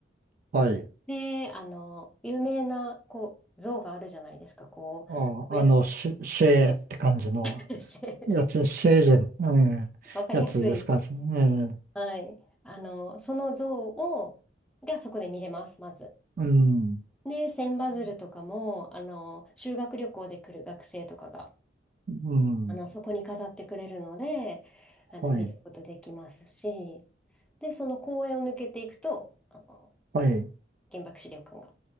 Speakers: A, on the right; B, in the centre.
A: はい。
B: で、あの有名な、こう、像があるじゃないですか、こう、
A: あ、
B: 上
A: あの、シ、シェーって感じの
B: <laughs>
A: やつ、シェージェン、ええやつですか。
B: わかりやすい
A: ええ
B: はい。あの、その像を、がそこで見れます、まず。
A: うん、
B: で、千羽鶴とかも、あの、修学旅行で来る学生とかが、
A: うん、
B: あの、そこに飾ってくれるので、あの、
A: はい、
B: 見ることできますし、で、その公園を抜けていくと、あの、
A: はい。
B: 原爆資料館が